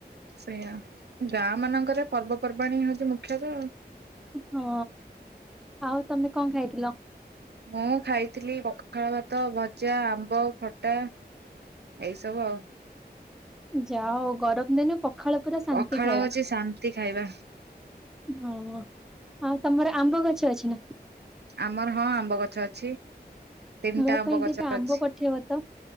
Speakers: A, on the right; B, in the centre.
A: ସେୟା ଗାଁ ମାନଙ୍କରେ ପର୍ବପର୍ବାଣ ହଉଛି ମୁଖ୍ୟତଃ।
B: ହଁ ଆଉ ତମେ କଣ ଖାଇଥିଲ?
A: ମୁଁ ଖାଇଥିଲି ପଖାଳ ଭାତ ଭଜା ଆମ୍ବ ଖଟା ଏଇସବୁ ଆଉ।
B: ଯାଅ ଗରମ ଦିନ ପଖାଳ ପୁରା ଶାନ୍ତି
A: ପଖାଳ
B: ଖାଇବା।
A: ହଉଛି ଶାନ୍ତି ଖାଇବା
B: ହଁ ଆଉ ତମର ଆମ୍ବ ଗଛ ଅଛି ନା?
A: ଆମର ହଁ ଆମ୍ବ ଗଛ ଅଛି ତିନିଟା
B: ମୋ
A: ଆମ୍ବ
B: ପାଇଁ
A: ଗଛ
B: ଦିଟା ଆମ୍ବ
A: ଅଛି।
B: ପଠେଇବ ତ